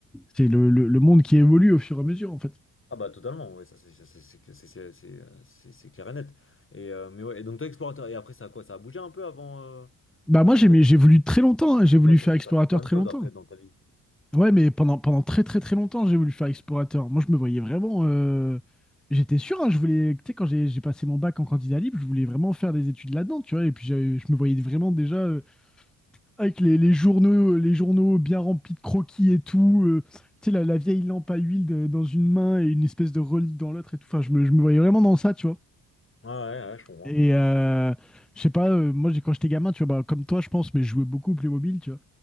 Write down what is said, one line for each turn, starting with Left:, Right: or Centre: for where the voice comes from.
Centre: c'est le, le- le monde qui évolue au fur et à mesure, en fait.
Left: Ah, bah, totalement, ouais ça, c'est ça, c'est- c'est- c'est- c'est- c'est, euh, c'est- c'est clair et net. Et, euh, mais ouais, et donc, toi, explorateur, et après, ça a quoi? Ça a bougé un peu avant, euh,
Centre: Bah,
Left: avant
Centre: moi, j'ai,
Left: d'être.
Centre: mais j'ai voulu très longtemps, hein. J'ai voulu
Left: Toi, de
Centre: faire
Left: toute façon,
Centre: explorateur
Left: t'as fait plein
Centre: très
Left: de choses
Centre: longtemps.
Left: après dans ta vie.
Centre: Ouais, mais pendant, pendant très très très longtemps, j'ai voulu faire explorateur. Moi, je me voyais vraiment. euh, J'étais sûr, hein, je voulais. Tu sais, quand j'ai j'ai passé mon bac en candidat libre, je voulais vraiment faire des études là-dedans, tu vois. Et puis, j'avais- je me voyais vraiment déjà euh, avec les, les journaux, euh, les journaux bien remplis de croquis et tout. euh, tu sais, la, la vieille lampe à huile de- dans une main et une espèce de relique dans l'autre et tout. Enfin, je me, je me voyais vraiment dans ça, tu vois.
Left: Ouais, ouais, ouais, je comprends.
Centre: Et euh, je sais pas, euh, moi, j'ai- quand j'étais gamin, tu vois, bah, comme toi, je pense, mais je jouais beaucoup au Playmobil, tu vois.